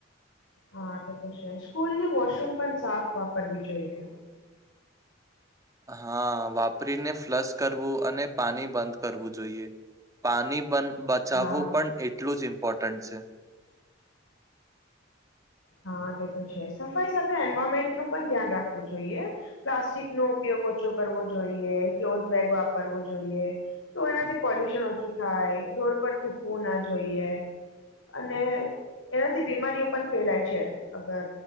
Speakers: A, on the left (about 80°); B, on the right (about 15°).
A: હા તે તો છે, સ્કૂલ ની વોશરૂમ પણ સાફ વાપરવી જોઈએ.
B: હા વાપરીને ફ્લશ કરવું અને પાણી બંધ કરવું જોઈએ. પાણી પન બચાવવું
A: હા
B: પણ એટલું જજ ઇમ્પોર્ટન્ટ છે.
A: હા તે તો છે, સફાઈ સાથે એન્વાયરમેન્ટ નું પણ ધ્યાન રાખવું જોઈએ. પ્લાસ્ટિક નો ઉપયોગ ઓછો કરવો જોઈએ ક્લોથ બેગ વાપરવો જોઈએ. તો એનાથી પોલ્યુશન ઓછું થાય રોડ પર થૂકવું ના જોઈએ. અને એનાથી બીમારીઓ પણ ફેલાય છે, અગર